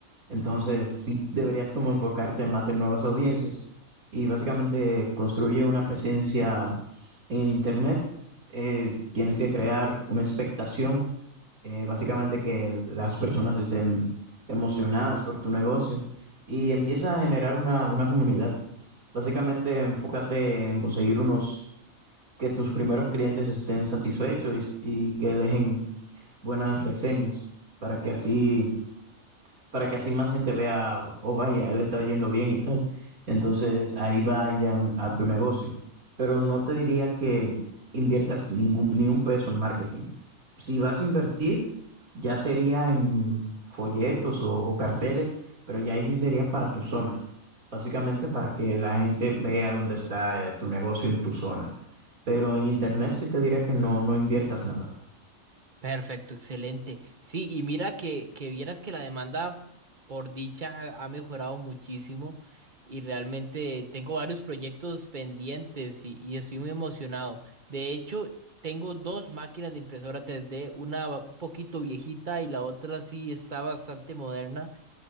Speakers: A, on the right; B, on the right.
A: Entonces sí deberías como enfocarte más en nuevas audiencias y básicamente construye una presencia en el internet. Eh, tienes que crear una expectación eh, básicamente que el- las personas estén emocionadas por tu negocio y empieza a generar una, una comunidad. Básicamente enfócate en conseguir unos que tus primeros clientes estén satisfechos y, y que dejen buenas reseñas para que así para que así más gente vea, oh vaya, él está yendo bien y tal. Entonces ahí vayan a tu negocio. Pero no te diría que inviertas ningún, ni un peso en marketing. Si vas a invertir, ya sería en folletos o, o carteles, pero ya ahí sí sería para tu zona. Básicamente para que la gente vea dónde está eh, tu negocio en tu zona. Pero en internet sí te diría que no, no inviertas nada.
B: Perfecto, excelente. Sí, y mira que, que vieras que la demanda por dicha ha ha mejorado muchísimo y realmente tengo varios proyectos pendientes y, y estoy muy emocionado. De hecho, tengo dos máquinas de impresora 3D, una un poquito viejita y la otra sí está bastante moderna.